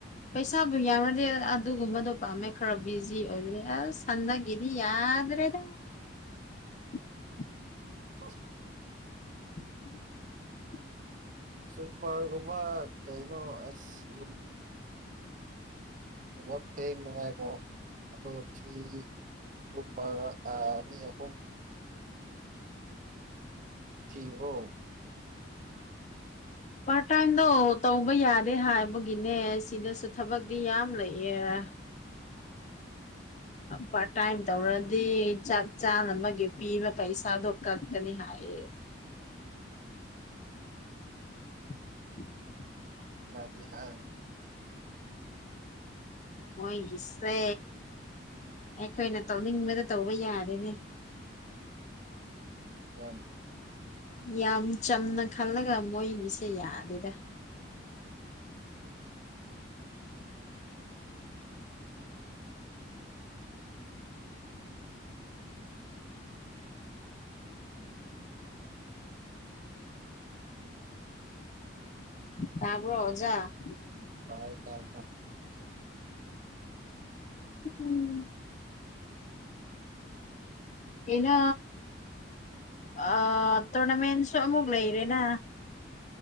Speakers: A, on the left; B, on the right.
A: ꯄꯩꯁꯥꯕꯨ ꯌꯥꯎꯅꯗꯤ ꯑꯗꯨꯒꯨꯝꯕꯗꯣ ꯄꯥꯝꯃꯦ ꯈꯔ ꯕꯤꯖꯤ ꯑꯣꯏꯕꯅꯤ ꯑꯁ ꯁꯟꯅꯒꯤꯗꯤ ꯌꯥꯏ ꯑꯥꯗ꯭ꯔꯦꯗ
B: <inaudible>
A: <inaudible>
B: ꯁꯣ
A: <inaudible> <inaudible>
B: ꯁ꯭ꯋꯤꯄꯥꯔꯒꯨꯝꯕ ꯀꯩꯅꯣꯁ ꯌꯨꯝ ꯑ ꯐꯦꯡ ꯂꯉꯀꯣ ꯑ <unintelligible> <unintelligible> ꯑꯅꯤ ꯑꯍꯨꯝ <unintelligible> <unintelligible> <unintelligible>
A: ꯄꯔ ꯇꯥꯏꯟꯗꯣ ꯇꯧꯕ ꯌꯥꯗꯦ ꯍꯥꯏꯕꯒꯤꯅꯦ ꯁꯤꯗꯁꯨ ꯊꯕꯛꯇꯤ ꯌꯥꯝ ꯂꯩꯌꯦ ꯑ
B: <inaudible>
A: ꯄꯥꯔꯠ ꯇꯥꯏꯝ ꯇꯧꯔꯗꯤ ꯆꯥꯛ ꯆꯥ ꯑꯃꯒꯤꯒꯤ ꯄꯤꯕ ꯄꯩꯁꯥꯗꯣ ꯀꯛꯀꯅꯤ ꯍꯥꯏꯌꯦ
B: <inaudible>
A: <inaudible>
B: ꯌꯥꯗꯦ ꯍꯥꯢ
A: ꯃꯣꯏꯒꯤꯁꯦ ꯑꯩꯈꯣꯏꯅ ꯇꯧꯅꯤꯡꯕꯗ ꯇꯧꯕ ꯌꯥꯔꯦꯅꯦ
B: ꯌꯥꯝ
A: ꯌꯥꯝ ꯆꯝꯅ ꯈꯜꯂꯒ ꯃꯣꯏꯒꯤꯁꯦ ꯌꯥꯗꯦꯗ ꯇꯥꯕ꯭ꯔꯣ ꯑꯣꯖꯥ
B: ꯎꯝ ꯇꯥꯢ ꯇꯥꯢ
A: ꯎꯝ ꯑꯦꯅꯥ ꯑ ꯇꯣꯔꯅꯥꯃꯦꯟꯁꯨ ꯑꯃꯨꯛ ꯂꯩꯔꯦꯅ